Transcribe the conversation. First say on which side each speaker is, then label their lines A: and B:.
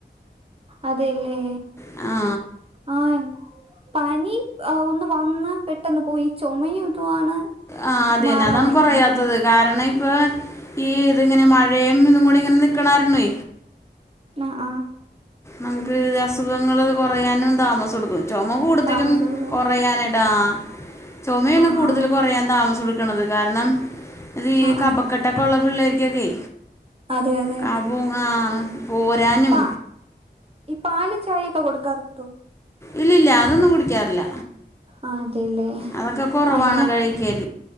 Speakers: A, on the right; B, on the left.
A: അതെല്ലേ
B: ആ
A: ആഹ് പനി ഒന്ന് വന്ന് പെട്ടെന്ന് പോയി ചുമയും ഇതുവാണ്
B: ആ അതിയന്നെ
A: മാറാതെ
B: അതാണ്
A: നിക്കുന്നെ
B: കൊറയാത്തത് കാരണം ഇപ്പൊ ഈ ഇതിങ്ങനെ മഴ പ്രേം ഇന്നും കൂടി ഇങ്ങനെ നിക്കണ കാരുണേ
A: ആഹ് ആഹ്
B: നമുക്ക് ഇത് അസുഖങ്ങള് കുറയാനും താമസം എടുക്കും. ചുമ കൂടുതലും
A: താമസം എടുക്കും
B: കുറയാന ട്ടാ. ചുമയാണ്
A: ആഹ്
B: കൂടുതൽ
A: ആഹ്
B: കൊറയാൻ താമസം എടുക്കണത് കാരണം ഇത് ഈ
A: ആഹ്
B: കബക്കെട്ടൊക്കെ
A: ആഹ്
B: ഉള്ള പിള്ളേരിക്കൊക്കെ
A: അതെ അതെ
B: കബോ ങ്ങാ ഊരാനും
A: പാ ഈ പാലും ചായ ഒക്കെ കൊടുക്കാറുണ്ടോ?
B: ഇല്ല ഇല്ല അതൊന്നും കുടിക്കാറില്ല
A: ആ അതെല്ലേ
B: അതൊക്കെ കുറവാണ്
A: ആ ഇങ്ങനെ
B: കഴിക്കൽ